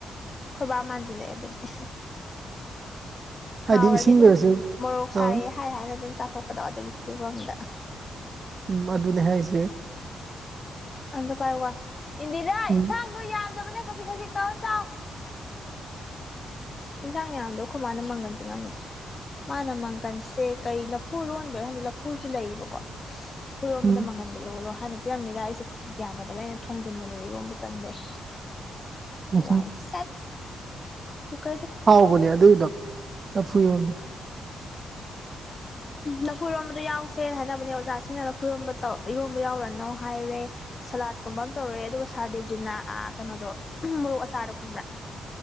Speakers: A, on the left; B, on the right.
A: ꯈꯣꯏꯕ ꯃꯥꯟꯖ ꯂꯦꯦ ꯑꯗꯨꯗꯤ
B: ꯍꯥꯏꯗꯤ
A: ꯍꯥꯎꯔꯗꯤ
B: ꯏꯁꯤꯡꯗ
A: ꯑꯗꯨꯝ
B: ꯑꯣꯏꯔꯁꯨ
A: ꯃꯣꯔꯣꯛ ꯁꯥꯏꯌꯦ
B: ꯑꯥ
A: ꯍꯥꯏ ꯍꯥꯏꯅ ꯑꯗꯨꯝ ꯆꯥꯊꯣꯛꯄꯗꯣ ꯑꯗꯨꯒꯤ ꯐꯤꯕꯝꯗ
B: ꯎꯝ ꯑꯗꯨꯅꯦ ꯍꯥꯏꯁꯦ
A: ꯑꯗ ꯄꯔ ꯋꯥ ꯏꯟꯗꯤꯔꯥ
B: ꯎꯝ
A: ꯏꯟꯁꯥꯡꯗꯣ ꯌꯥꯗꯕꯅꯦ ꯈꯖꯤꯛ ꯈꯖꯤꯛ ꯀꯥꯎꯥꯎ ꯏꯟꯁꯥꯡ ꯌꯥꯝꯗꯣ ꯑꯩꯈꯣꯏ ꯃꯥꯅ ꯃꯪꯒꯟ ꯇꯤꯡꯉꯝꯃꯤꯗꯣ ꯃꯥꯅ ꯃꯪꯒꯟꯁꯦ ꯀꯩ ꯂꯐꯨ ꯂꯣꯟꯕꯦ ꯍꯪꯗꯗꯤ ꯂꯐꯨꯁꯨ ꯂꯩꯌꯦꯕꯀꯣ ꯐꯣ
B: ꯎꯝ
A: ꯃꯗ ꯃꯪꯒꯅꯒ ꯂꯒꯣ ꯍꯥꯟ ꯄꯤꯔꯝꯃꯤꯔ ꯑꯩꯁꯦ ꯒ꯭ꯌꯥꯟ ꯇꯥꯗꯕ ꯑꯩꯅ ꯊꯣꯡꯖꯤꯟꯕꯅꯦꯕ ꯏꯔꯣꯝꯗ ꯆꯟꯕꯩ
B: ꯎꯝꯍꯨꯝ
A: ꯍꯋꯥ ꯁꯥ ꯀ
B: ꯍꯥꯎꯕꯅꯦ ꯑꯗꯨꯏꯗꯣ ꯂꯐꯨ ꯏꯔꯣꯟꯕꯗꯣ
A: ꯂꯐꯨꯔꯣꯝꯕꯗꯣ ꯌꯥꯎꯁꯦꯅ ꯍꯥꯏꯅꯕꯅꯦ ꯑꯣꯖꯥꯁꯤꯡꯅ ꯂꯐꯨꯔꯣꯟꯝꯕ ꯇꯧ ꯏꯔꯣꯝꯕ ꯌꯥꯎꯔꯅꯣ ꯍꯥꯏꯔꯦ ꯁꯂꯥꯠꯀꯨꯝꯕ ꯑꯃ ꯇꯧꯔꯑꯦ ꯑꯗꯨꯒ ꯁꯍꯔꯗꯦꯞꯖꯤꯅ ꯀꯩꯅꯣꯗꯣ ꯃꯣꯔꯣꯛ ꯑꯆꯥꯗꯣ ꯈꯪꯕ꯭ꯔꯥ